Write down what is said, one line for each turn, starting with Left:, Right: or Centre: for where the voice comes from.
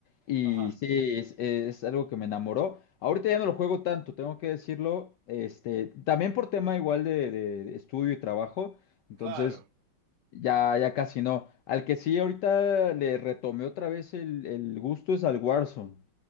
Left: Y
Right: <laughs> Ajá.
Left: sí, es, es algo que me enamoró. Ahorita ya no lo juego tanto, tengo que decirlo. Este, también por tema igual de, de- estudio y trabajo. Entonces,
Right: Claro,
Left: ya, ya casi no. Al que sí ahorita le retomé otra vez el, el gusto es al Warzone.